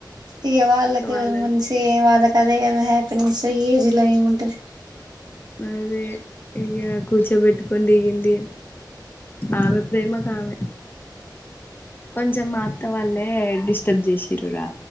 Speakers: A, on the right; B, on the left.
A: ఇక వాళ్ళకి
B: వాళ్ళ
A: మనిషి వాళ్ళకి అదే కదా హ్యాపి ఏజ్ లో ఏం ఉంటది
B: అదే ఇ కూర్చోపెట్టుకొని దిగింది ఆమె ప్రేమకి ఆమె కొంచెం మా అత్త వాళ్ళే డిస్టర్బ్ చేసిరు ఇకా